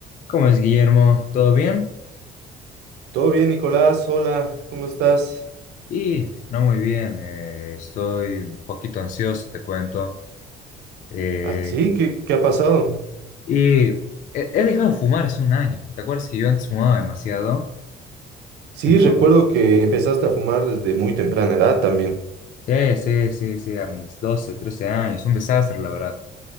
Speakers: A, on the left (about 50°); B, on the right (about 80°).
A: ¿Cómo es, Guillermo? ¿Todo bien?
B: Todo bien, Nicolás. Hola, ¿cómo estás?
A: Y no muy bien, eh, estoy un poquito ansioso, te cuento. Eh,
B: ¿Así? ¿Qué, qué ha pasado?
A: y he, he dejado de fumar hace un año. ¿Te acuerdas que yo antes fumaba demasiado?
B: Sí,
A: Entonces,
B: recuerdo que empezaste a fumar desde muy temprana edad también.
A: sí, sí, sí, sí, a mis 12, 13 años, un desastre, la verdad.